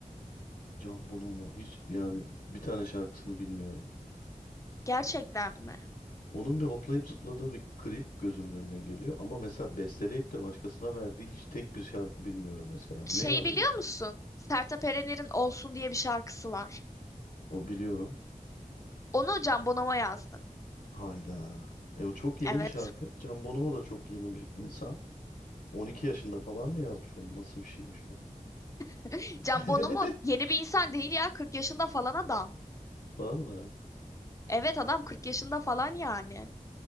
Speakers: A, on the left (about 80°); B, on the left (about 20°).
A: Can Bonomo. Hiç yani bir tane şarkısını bilmiyorum.
B: Gerçekten mi?
A: Onun bir hoplayıp zıpladığı bir klip gözümün önüne geliyor ama mesela besteleyip de başkasına verdiği hiç tek bir şarkı bilmiyorum mesela.
B: Şeyi
A: Ne yazın
B: biliyor musun? Sertab Erener'in Olsun diye bir şarkısı var.
A: o biliyorum.
B: Onu Can Bonomo yazdı.
A: Hayda. E o çok yeni
B: Evet.
A: bir şarkı. Can Bonomo da çok yeni bir insan. 12 yaşında falan mı yazmış onu? Nasıl bir şeymiş bu?
B: <laughs>
A: <laughs>
B: Can Bonomo yeni bir insan değil ya. 40 yaşında falan adam.
A: Valla.
B: Evet adam 40 yaşında falan yani.